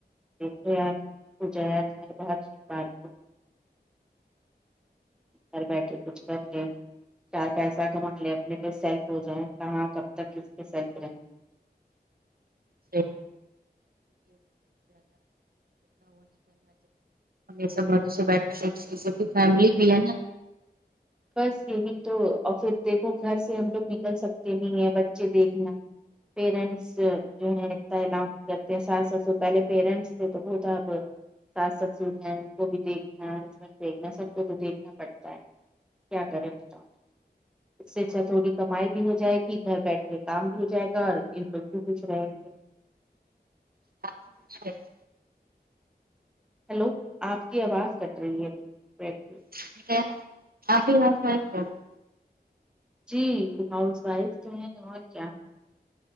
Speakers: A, in the centre; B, on the right (about 60°).
A: دیکھے یار <unintelligible> وہ ج چار ب سے بات گھر بیٹھے کچھ کر لے چار پیسہ کما لے اپنے پہ سیلف ہو جائے کہاں کب تک کس پہ سیلف رہیں
B: <unintelligible> ہمیشہ گھروں سے بیٹھنا <inaudible> فیملی بھی ہے نا
A: بس یہی تو اور پھر دیکھو گھر سے ہم لوگ نکل سکتے نہیں ہیں بچے دیکھنا پیرنٹس جو ہے ات الاؤ نہیں کرتے ساس سسر سے پہلے پیرنٹس تھے تو تھا اب ساس سسر ہیں ان کو بھی دیکھنا ہسبینڈ دیکھنا سب کو تو دیکھنا پڑتا ہے کیا کریں بتاؤ اس سے اچھا تھوڑی کمائی بھی ہو جائے گی گھر بیٹھ کے کام بھی ہو جائے گا اور ان لوگ بھی کچھ رہیں گے
B: <unintelligible>
A: ہیلو آپ کی آواز کٹ رہی ہے ابھی بیٹھے
B: <unintelligible>
A: جی ہاؤس وائف جو ہے اور کیا